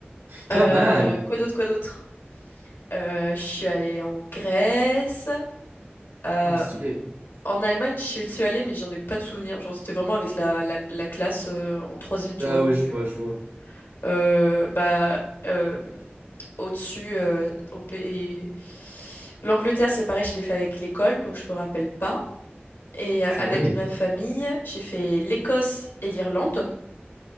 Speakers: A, on the right; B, on the left.
A: Pas
B: Euh,
A: mal!
B: quoi d'autre, quoi d'autre? Euh, je suis allée en Grèce. Euh,
A: Ah, stylé.
B: en Allemagne, je suis allée, mais j'en ai pas de souvenir. Genre, c'était vraiment avec la, la, la classe euh, en troisième, tu
A: Ah
B: vois, donc...
A: ouais, je vois,
B: euh,
A: je vois.
B: Euh, bah, euh, au-dessus, euh, au pays- L'Angleterre, c'est pareil, je l'ai fait avec l'école, donc je me rappelle pas. Et euh,
A: Purée.
B: avec ma famille, j'ai fait l'Écosse et l'Irlande.